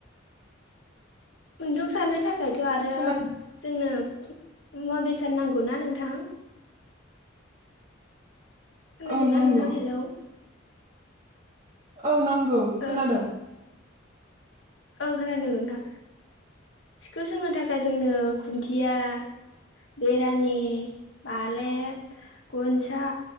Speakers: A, on the left (about 70°); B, on the right (about 30°).
A: खुन्दुं साननो थाखा थाखायथ' आरो
B: खोना
A: जोंनो मुवा बेसाद नांगौ ना नोंथां? खोनादोंना
B: औ नांगौ
A: नोंथां हेल?
B: औ नां औ खोनादों।
A: ओ ओं खोनादों नोंथां सिखौ सोंनो थाखाय जोंनो खुन्थिया बेरानि बालेब गनसा